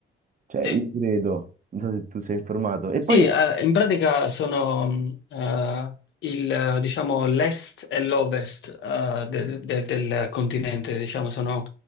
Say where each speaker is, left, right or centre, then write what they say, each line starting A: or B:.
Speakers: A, on the right; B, on the left.
A: Cioè,
B: Sì.
A: io credo, non so se tu sei informato. E
B: Sì,
A: poi,
B: eh, in pratica sono mh, eh, il, eh, diciamo, l'est e l'ovest eh, de- de- del continente, diciamo, sono,